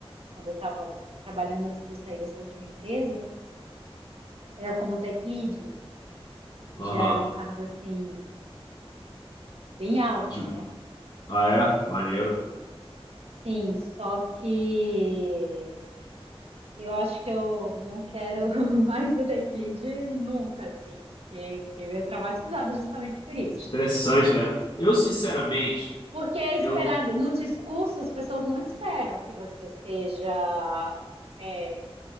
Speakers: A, on the right; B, on the left.
A: quando eu estava trabalhando antes de sair dessa última empresa, era como tech lead, e
B: Aham.
A: já é um cargo assim, bem alto,
B: De-
A: né?
B: Ah, é? Maneiro.
A: Sim, só que eu acho que eu não quero <laughs> mais ser tech lead nunca, assim, porque fiquei meio traumatizada justamente por isso.
B: Estressante, né? Eu, sinceramente,
A: Porque é esperado,
B: eu.
A: no discurso as pessoas não esperam que você seja. É,